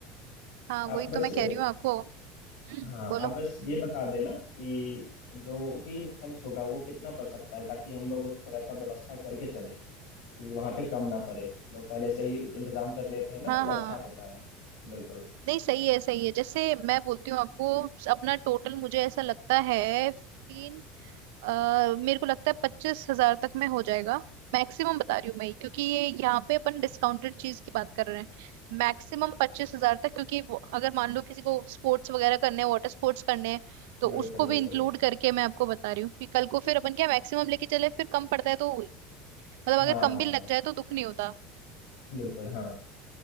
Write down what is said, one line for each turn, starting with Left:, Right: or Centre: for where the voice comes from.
Right: हाँ
Left: आप
Right: वही
Left: बस
Right: तो मैं कह रही हूँ आपको हम्म
Left: हाँ
Right: बोलो
Left: आप बस ये बता देना कि जो भी खर्च होगा वो कितना पड़ सकता है ताकि हम लोग उस तरह का व्यवस्था करके चलें कि वहाँ पे कम ना पड़े लोग पहले से ही इंतजाम कर लेते हैं ना
Right: हाँ
Left: तो वो
Right: हाँ
Left: अच्छा
Right: हाँ।
Left: होता है बिल्कुल
Right: नहीं सही है सही है जैसे मैं बोलती हूँ आपको अपना टोटल मुझे ऐसा लगता है फिफ्टीन अ, मेरे को लगता है पच्चीस हजार तक में हो जाएगा मैक्सिमम बता रही हूँ मैं क्योंकि ये यहाँ पे अपन डिस्काउंटेड चीज की बात कर रहे हैं मैक्सिमम पच्चीस हजार तक क्योंकि वो- अगर मान लो किसी को स्पोर्ट्स वगैरह करने हैं वाटर स्पोर्ट्स करने हैं तो
Left: बिल्कुल
Right: उसको
Left: बिल्कुल
Right: भी इंक्लूड करके मैं आपको बता रही हूँ कि कल को फिर अपन क्या मैक्सिमम लेके चले फिर कम पड़ता है तो मतलब अगर
Left: हाँ
Right: कम
Left: हाँ
Right: भी लग
Left: हाँ
Right: जाए तो दुख नहीं होता
Left: बिल्कुल हाँ